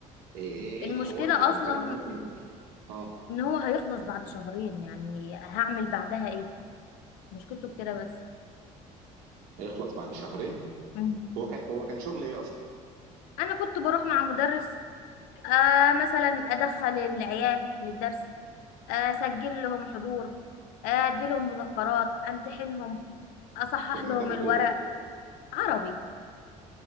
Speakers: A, on the right; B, on the left.
A: ايه ايه ايه
B: المشكلة
A: الحوار اللي كان
B: أصلا
A: فيه انا سمعت اللي كان اه
B: إن هو هيخلص بعد شهرين يعني هعمل بعدها إيه مشكلته في كده بس
A: هيخلص بعد شهرين
B: مم.
A: هو كان هو كان شغل ايه اصلا
B: أنا كنت بروح مع مدرس آه مثلا أدخل العيال للدرس آه، أسجل لهم حضور أديلهم مذكرات أمتحنهم أصحح
A: كان مدرس
B: لهم الورق
A: ايه ده
B: عربي